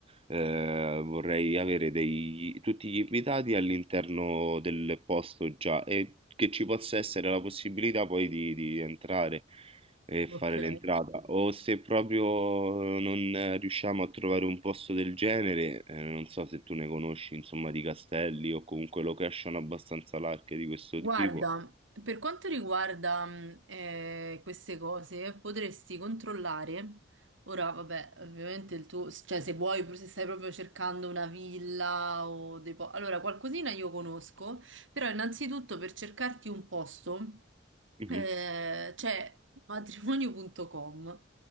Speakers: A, on the right; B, on the right.
A: eh, vorrei avere dei- tutti gli invitati all'interno del posto già e che ci possa essere la possibilità poi di, di entrare e
B: Ok.
A: fare l'entrata, o se proprio non eh, riusciamo a trovare un posto del genere, eh, non so se tu ne conosci, insomma, di castelli o comunque location abbastanza larghe di questo
B: Guarda,
A: tipo.
B: per quanto riguarda mh, eh, queste cose, potresti controllare. Ora, vabbè, ovviamente il tuo, cioè se vuoi, se stai proprio cercando una villa o dei po- Allora, qualcosina io conosco, però innanzitutto per cercarti un posto
A: Mhm.
B: eh, c'è matrimonio.com